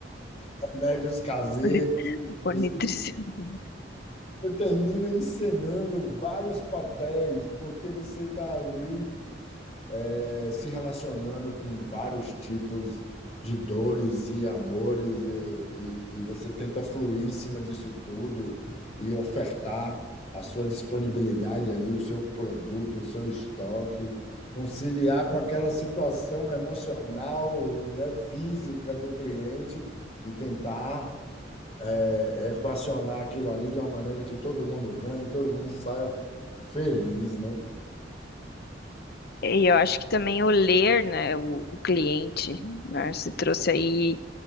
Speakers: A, on the left (about 35°); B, on the left (about 60°).
A: <laughs> remédios caseiros.
B: nutri- por
A: Você
B: nutricionista.
A: Você termina encenando vários papéis, porque você está ali eh, se relacionando com vários tipos de dores e amores, e, e, e você tenta fluir em cima disso tudo e ofertar a sua disponibilidade ali, o seu produto, o seu estoque, conciliar com aquela situação emocional, né, física do cliente e tentar é, equacionar aquilo ali de uma maneira que todo mundo ganhe, todo mundo saia feliz, né?
B: E eu acho que também o ler, né, o, o cliente, né, se trouxe aí